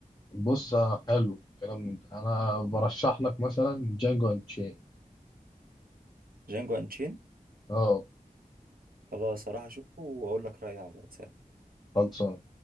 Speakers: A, on the left (about 30°); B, on the right (about 75°).
A: بص آه، حلو الكلام من ده انا برشح لك مثلا جانجو اند تشين
B: جانجو انشين
A: اه
B: خلاص هروح اشوفه واقول لك رايي على الواتساب
A: خلصان